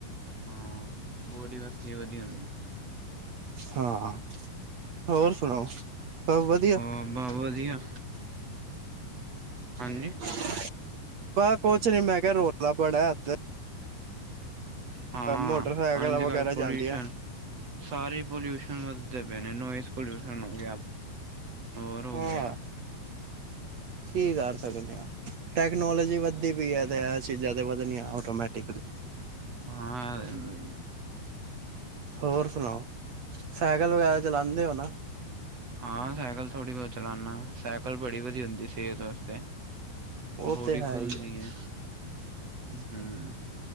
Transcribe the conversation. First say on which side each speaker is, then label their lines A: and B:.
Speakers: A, on the right; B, on the right.
A: ਹਾਂ, ਬੋਡੀ ਵਾਸਤੇ ਵੀ ਵਧੀਆ
B: ਹਾਂ, ਹੋਰ ਸੁਣਾਓ। ਸਭ ਵਧੀਆ
A: ਹਮ ਬਸ ਵਧੀਆ, ਹਾਂਜੀ
B: ਆਹ, ਬਸ ਕੁਛ ਨਹੀਂ ਮੈਂ ਕਿਹਾ ਰੌਲਾ ਬੜਾ ਇਧਰ
A: ਹਾਂ,
B: ਮੋਟਰਸਾਈਕਲ
A: ਅੱਜ
B: ਵਗੈਰਾ
A: -ਕੱਲ੍ਹ ਪੋਲਿਊਸ਼ਨ
B: ਜਾਂਦੀਆਂ
A: ਸਾਰੇ ਪੋਲਿਊਸ਼ਨ ਵਧਦੇ ਪਏ ਨੇ ਨੋਇਜ਼ ਪੋਲਿਊਸ਼ਨ ਹੋ ਗਿਆ, ਹੋਰ ਹੋ
B: ਹਾਂ
A: ਗਿਆ
B: ਕੀ ਕਰ ਸਕਦੇ ਆ। ਟੈਕਨੋਲੋਜੀ ਵੱਧਦੀ ਪਈ ਐ ਤੇ ਆ ਚੀਜ਼ਾਂ ਤੇ ਵਧਣੀਆਂ ਆਟੋਮੈਟਿਕਲੀ
A: <unintelligible>
B: ਹੋਰ ਸੁਣਾਓ, ਸਾਈਕਲ ਵਗੈਰਾ ਚਲਾਉਂਦੇ ਔ ਨਾ
A: ਹਾਂ ਸਾਈਕਲ ਥੋੜ੍ਹੀ ਬਹੁਤ ਚਲਾਨਾ। ਸਾਈਕਲ ਬੜੀ ਵਧੀਆ ਹੁੰਦੀ ਸਿਹਤ ਵਾਸਤੇ।
B: ਉਹ
A: ਬੋਡੀ
B: ਤੇ ਹੈ
A: ਖੁੱਲਦੀ
B: ਹੀ ਆ
A: ਏ। ਹਮ